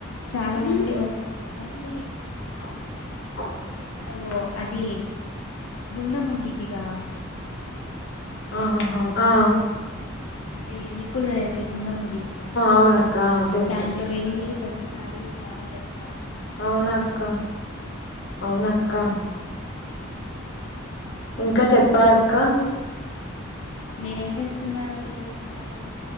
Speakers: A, on the left (about 85°); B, on the left (about 60°).
A: చాలా మంది వచ్చి
B: <inaudible>
A: అ ఓ అది గుండం ముండిదిగా
B: ఆహా ఆ
A: అదే నిప్పులు వేసే గుండెం వుండిద్దిగా
B: అవునక్క తెలుసు
A: దాంట్లో వెళ్ళి తొక్కుతారు బాగా జేస్తారు
B: అవునక్క అవునక్క ఇంకా చెప్పాలక్క
A: మీరేం చేస్తున్నారు చేస్తుంటారు